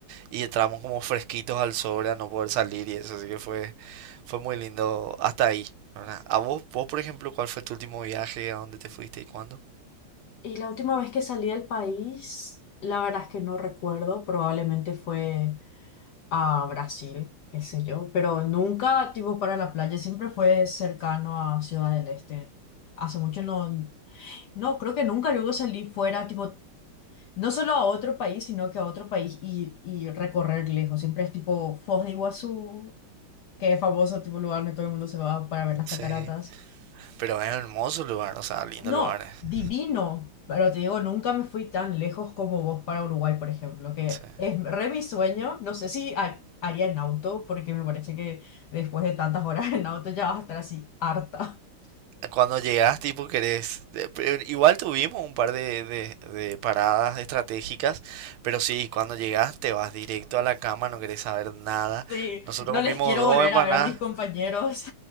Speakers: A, on the right; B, on the left.
A: y entramos como fresquitos al sobre a no poder salir y eso, así que fue, fue muy lindo hasta ahí, ¿verdad? A vos, vos, por ejemplo, ¿cuál fue tu último viaje? ¿A dónde te fuiste y cuándo?
B: Y la última vez que salí del país, la verdad es que no recuerdo, probablemente fue a Brasil, qué sé yo, pero nunca tipo para la playa, siempre fue cercano a Ciudad del Este. Hace mucho no, no, creo que nunca luego salí fuera, tipo No solo a otro país, sino que a otro país y, y recorrer lejos. Siempre es tipo Foz de Iguazú, que es famoso, tipo lugar donde todo el mundo se va para ver las
A: Sí,
B: cataratas.
A: pero es un hermoso lugar, o sea, lindo
B: No,
A: lugar. eh.
B: divino. Pero te digo, nunca me fui tan lejos como vos para Uruguay, por ejemplo, que
A: Sí.
B: es re mi sueño. No sé si ha- haría en auto, porque me parece que después de tantas horas en auto ya vas a estar así harta. <laughs>
A: Cuando llegas, tipo, querés. de- pe- Igual tuvimos un par de, de- de paradas estratégicas, pero sí, cuando llegas te vas directo a la cama, no querés saber nada.
B: Sí,
A: Nosotros
B: no
A: comimos
B: les quiero
A: dos
B: volver
A: empanadas,
B: a ver a mis compañeros.